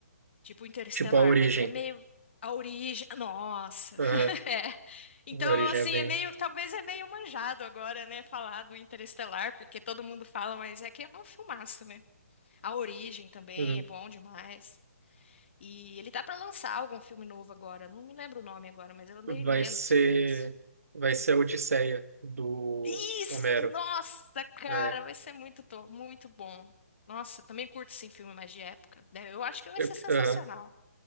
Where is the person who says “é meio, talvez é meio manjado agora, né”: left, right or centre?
Left